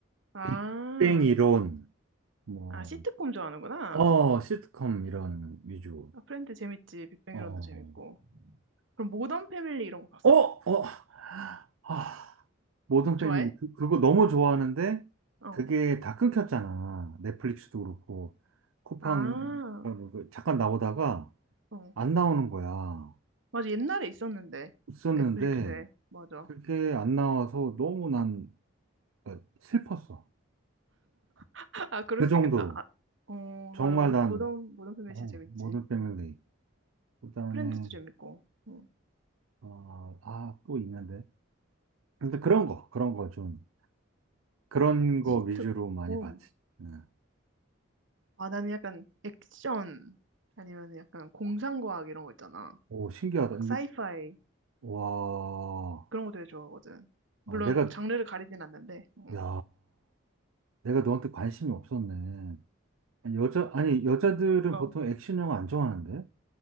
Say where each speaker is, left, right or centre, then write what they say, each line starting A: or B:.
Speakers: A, on the right; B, on the right.
A: 아,
B: 빅뱅 이론, 뭐,
A: 아 시트콤 좋아하는구나.
B: 어, 시트콤 이런 위주.
A: 아 프렌드 재밌지. 빅뱅
B: 어,
A: 이론도 재밌고. 그럼 모던 패밀리 이런 거 봤어?
B: 어, 어, 아, 모든
A: 좋아해?
B: 패밀리 그, 그거 너무 좋아하는데
A: 어.
B: 그게 다 끊겼잖아. 넷플릭스도 그렇고 쿠팡
A: 아,
B: 어, 뭐그 잠깐 나오다가
A: 어.
B: 안 나오는 거야.
A: 맞아, 옛날에 있었는데.
B: 있었는데
A: 넷플릭스에. 맞아.
B: 그게 안 나와서 너무 난 그러니까 슬펐어.
A: <laughs> 아, 그럴
B: 그
A: 수
B: 정도로
A: 있겠다. 아, 어,
B: 정말
A: 맞아. 모,
B: 난
A: 모던, 모던 패밀리
B: 어,
A: 진짜 재밌지.
B: 모든 패밀리 그다음에
A: 프렌즈도 재밌고. 응.
B: 어, 아, 또 있는데 근데 그런 거 그런 거 좀 그런 거
A: 시트콤.
B: 위주로 많이 봤지. 응.
A: 아, 나는 약간 액션, 아니면 약간 공상과학 이런 거 있잖아.
B: 오, 신기하다.
A: 막 사이파이.
B: 와,
A: 그런 거 되게 좋아하거든. 물론
B: 아, 내가,
A: 장르를 가리진 않는데. 응.
B: 야, 내가 너한테 관심이 없었네. 아니, 여자, 아니, 여자들은
A: 어.
B: 보통 액션 영화 안 좋아하는데?